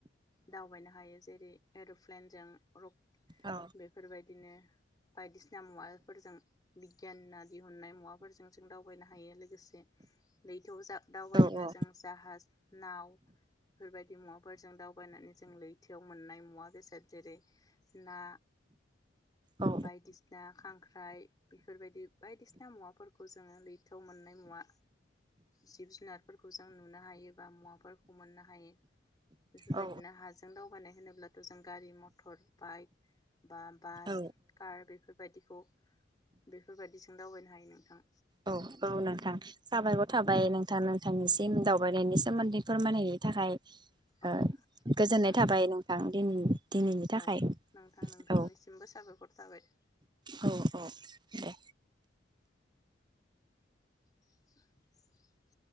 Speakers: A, on the left; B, on the right.
A: दावबायनो हायो जेरै एरप्लेनजों रक
B: औ
A: बेफोरबाय दिनो बायदिसि ना मुवालफोरजों बिगियाना दिहुननाय मुवाफोरजों जों दावबायनो हायो लोगोसे लैथोआव जा दावबायोब्ला
B: औ औ
A: जों जाहाज नाव फोरबायदि मुवाफोरजों दावबायनानै जो लैथोआव मोननाय मुवा बेसाद जेरै ना
B: औ
A: बायदिसिना खांख्राइ बेफोरबायदि बायदिसिना मुवाफोर खौ जोङो लैथोआव मोननाय मुवा जिब जुनारफोरखौ जों नुनो हायो बा मुवाफोरखौ मोननो हायो। बेफोरबायदिनो
B: औ
A: हाज बायनाय होनोब्लाथ' जों गारि मथर बाइक बा बास
B: औ
A: कार बेफोरबायदिखौ बेफोरबायदि ओं दावबायनो हायो नोंथां।
B: औ औ नोंथां साबायखर थाबाय नोंथां नोंथांनिसिम दावबायनायनि सोमोन्दै फोरमायनायनि थाखाय।
A: औ
B: ओ गोजोननाय
A: नोंथां
B: थाबाय नों आं दिनि दिनैनि थाखाय
A: औ नोंथां नोंथांनिसिमबो
B: औ
A: साबायखर थाबाय
B: औ औ दे।
A: <inaudible>